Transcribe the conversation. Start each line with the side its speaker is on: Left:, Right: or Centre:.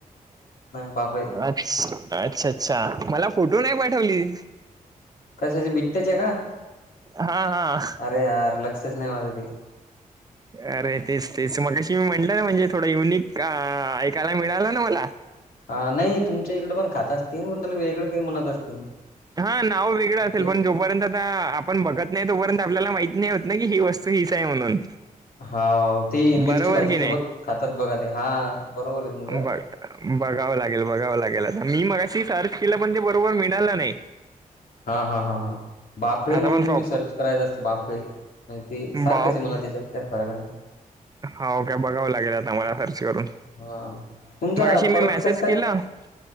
Left: बाफळे
Right: अचं अच्छा, अच्छा, मफ. फोटो नाही. पाठवली.
Left: कशाचं बिटट्याचं आहे. का.
Right: हा. हा.
Left: अरे यार लक्षस नाही. माझी ते
Right: अरे तेचं तेचं मगशी मी म्हंटलं ना म्हणजे थोडं युनिक ऐकायला मिळालं ना मला.
Left: हा नाही तुमच्या इकडे पण खातं असतील पण त्याला वेगळं काही म्हणतं असतील
Right: हा नाव वेगळं असेलं
Left: ते
Right: पण जोपर्यंत आता आपण बघत नाही तोपर्यंत आपल्याला माहिती नाही. होत ना की ही वस्तू. फ्री आहे. म्हणून
Left: हाव ति मिरची
Right: बरोबर
Left: भाजी
Right: की
Left: सोबत
Right: नाही
Left: खातातं बघा ते हा बरोबर आहे तुमचं
Right: बघ बघावं लागेल बघावं लागेल मी मगाशी सर्च केलं पण ते बरोबर मिळालं नाही.
Left: हा हां हां बाफळे
Right: आता
Left: म्हणून
Right: पण प्रॉप
Left: तुम्ही सर्च करायचा असतं बाफळे म्हणजे ते सारखंच
Right: बाप
Left: म्हणा त्याच्यातं काय फरक नाही
Right: हा. ओके बघावं लागेल. आता मला सर्च करून
Left: हा तुमचं
Right: मगाशी मी
Left: परत
Right: मेसेज
Left: कसं काय.
Right: केला हा